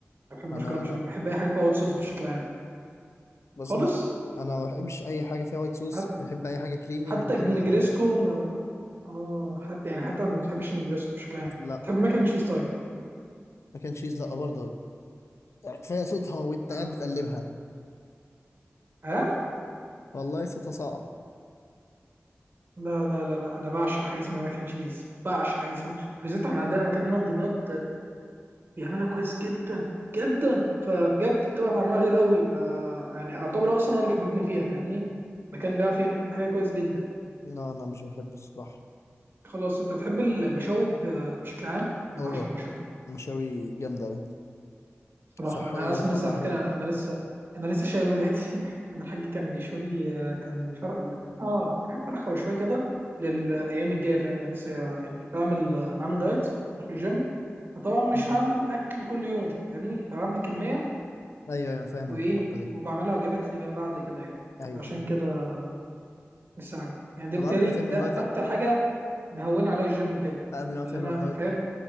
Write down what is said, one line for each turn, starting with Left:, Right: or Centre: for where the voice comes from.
Right: انا بحب
Left: انا
Right: مكرونه بشاميل
Left: لا
Right: بحب اي حاجه فيها وايت صوص بشكل عام
Left: بس
Right: خالص
Left: انا انا ما بحبش اي حاجة فيها وايت صوص
Right: حت...
Left: بحب اي حاجة كريمي
Right: حتى
Left: مش بحب
Right: النجريسكو
Left: اللبن
Right: ما... اه حتى يعني حتى ما بتحبش النجريسكو بشكل عام
Left: لا
Right: بتحب ماكن تشيز طيب
Left: ما كان تشيز لا برضه كفاية صوتها وانت
Right: اه
Left: قاعد بتقلبها
Right: آه؟
Left: والله صوتها صعب
Right: لا لا لا لا انا بعشق حاجه اسمها ماكن تشيز بعشق حاجه اسمها بالذات احنا عندنا مكان هنا في دمياط بيعملها كويس جدا جدا فبجد بتبقى طعمها غير قوي ف يعني اعتبر هو اصلا هو اللي حببني فيها فاهمني مكان بيعرف يعمل حاجه كويس جدا
Left: لا انا مش بحبه الصراحة
Right: خلاص انت بتحب المشاوي ب- بشكل عام انا
Left: اه
Right: بعشق المشاوي
Left: مشاوي جامدة أوي
Right: بصراحه
Left: صحية
Right: انا اصلا
Left: وطعمها
Right: لسه على
Left: حلو
Right: فكره انا لسه انا لسه شاوي دلوقتي <laughs> انا الحاج كان بيشوي لي آه، كان فرق اه فرخه وشويه كده للايام الجايه فانا لسه يعني بعمل انا عامل دايت بروح الجيم فطبعا مش
Left: مم.
Right: هعمل اكل كل يوم فاهمني فبعمل كميه
Left: أيوه أيوه أنا فاهم
Right: وايه
Left: الحركة دي
Right: وبعملها وجبات لي بعد كده يعني
Left: أيوه
Right: عشان
Left: أيوه
Right: كده لسه عامل يعني ده
Left: طب
Right: بالتالي
Left: قبل ما تعمل
Right: ده
Left: دايت
Right: اكتر حاجه مهونه عليا الجيم بجد
Left: قبل ما
Right: اللي
Left: تعمل
Right: انا
Left: دايت
Right: فاهم